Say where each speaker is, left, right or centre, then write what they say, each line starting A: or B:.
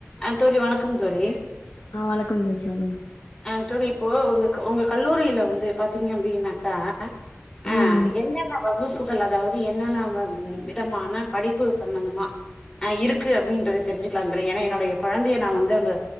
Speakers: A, on the left (about 15°); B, on the left (about 70°).
A: அ தோழி வணக்கம் தோழி
B: ஆ வணக்கம் தொழி சொல்லுங்க
A: அ தொழி இப்போ உங்க உங்க கல்லூரியில வந்து பாத்தீங்க அப்டின்னாக்கா ஆ
B: ம்
A: என்னென்ன வகுப்புகள் அதாது என்னென்ன விதமான படிப்பு சம்பந்தமா ஆ இருக்கு அப்டின்றது தெரிஞ்சுக்கலாதளே ஏன்னா என்னுடைய கொழந்தைய நா வந்து அங்க